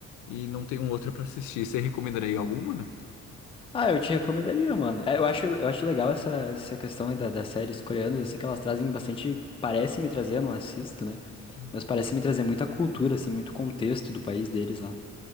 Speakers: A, on the left; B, on the left.
A: e não tenho outra pra assistir. Você recomendaria alguma?
B: Ah, eu te recomendaria, mano. É, Eu acho, eu acho legal essa, essa questão aí da, das séries coreanas, assim, que elas trazem bastante. Parece me trazer, eu não assisto, né?
A: Hum.
B: Mas parece me trazer muita cultura, assim, muito contexto do país deles lá.